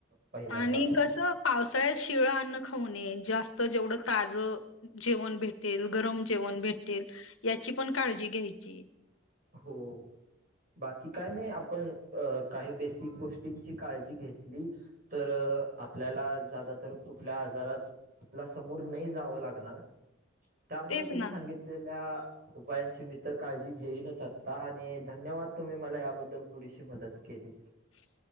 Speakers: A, on the right; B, on the left.
A: पहिल्यांदा
B: आणि
A: तर
B: कसं पावसाळ्यात शिळं अन्न खाऊणे जास्त जेवढं ताजं जेवण भेटेल गरम जेवण भेटेल याची पण काळजी घ्यायची
A: हो बाकी काय नाही आपण अ काही बेसिक गोष्टींची काळजी घेतली तर आपल्याला जात तर कुठल्या आजारात आपला समोर नाही जावं लागणार त्यामुळे
B: तेच
A: तुम्ही
B: ना.
A: सांगितलेल्या उपायांची मी तर काळजी घे न ता आणि धन्यवाद तुम्ही मला याबद्दल थोडीशी मदत केली
B: ह